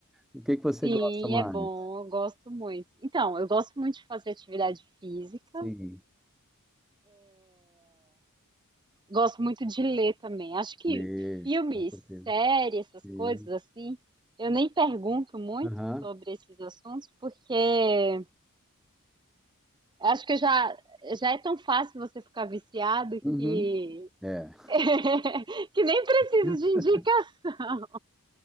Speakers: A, in the centre; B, on the right.
A: O que que você
B: sim,
A: gosta mais?
B: é bom, eu gosto muito. Então, eu gosto muito de fazer atividade física.
A: Sim.
B: Gosto muito de ler também. Acho que
A: Ler,
B: filmes,
A: com certeza.
B: séries, essas
A: Sim.
B: coisas assim, eu nem pergunto muito
A: Aham.
B: sobre esses assuntos, porque acho que já, já é tão fácil você ficar viciado
A: Uhum.
B: que,
A: É.
B: <laughs> que nem preciso
A: <laughs>
B: de indicação.